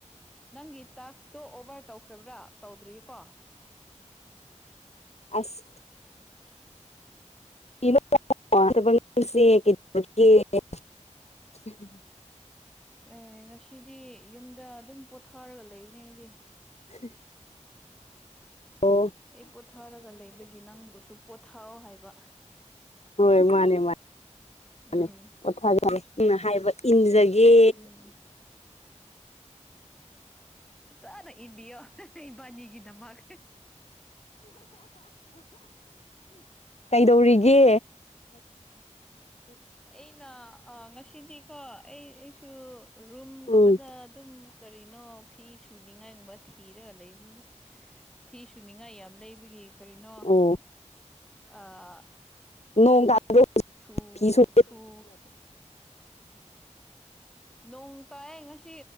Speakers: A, in the centre; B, on the left.
A: ꯅꯪꯒꯤ ꯇꯥꯛꯁꯇꯣ ꯑꯣꯚꯔ ꯇꯧꯈ꯭ꯔꯕ꯭ꯔꯥ ꯇꯧꯗ꯭ꯔꯤꯀꯣ
B: ꯑꯁ <unintelligible>
A: ꯑꯦ ꯉꯁꯤꯗꯤ ꯌꯨꯝꯗ ꯑꯗꯨꯝ ꯄꯣꯊꯥꯔꯒ ꯂꯩꯕꯅꯦ ꯑꯩꯗꯤ
B: ꯍꯥ ꯑꯣ
A: ꯑꯩ ꯄꯣꯊꯥꯔꯒ ꯂꯩꯕꯒꯤ ꯅꯪꯕꯨꯁꯨ ꯄꯣꯊꯥꯑꯣ ꯍꯥꯏꯕ
B: ꯍꯣꯏ ꯃꯥꯅꯦ <unintelligible>
A: ꯎꯝ
B: ꯅꯪꯅ ꯍꯥꯏꯕ ꯏꯟꯖꯒꯦ
A: ꯎꯝ ꯐꯖꯅ ꯏꯟꯕꯤꯌꯣ ꯏꯕꯥꯅꯤꯒꯤꯗꯃꯛ
B: ꯀꯩꯗꯧꯔꯤꯒꯦ
A: ꯑꯩꯅ ꯑꯥ ꯉꯁꯤꯗꯤꯀꯣ ꯑꯩ ꯑꯩꯁꯨ ꯔꯨꯝꯒꯨꯝꯕꯗ
B: ꯎꯝ
A: ꯑꯗꯨꯝ ꯀꯔꯤꯅꯣ ꯐꯤ ꯁꯨꯅꯤꯉꯥꯏꯒꯨꯝꯕ ꯊꯤꯔꯒ ꯂꯩꯕꯅꯤꯗ ꯐꯤ ꯁꯨꯅꯤꯡꯉꯥꯏ ꯌꯥꯝ ꯂꯩꯕꯒꯤ ꯀꯔꯤꯅꯣ
B: ꯑꯣ
A: ꯑꯥ
B: ꯅꯣꯡ ꯇꯥꯗ
A: ꯁꯨ
B: <unintelligible>
A: ꯁꯨ ꯅꯣꯡ ꯇꯥꯏ ꯉꯁꯤ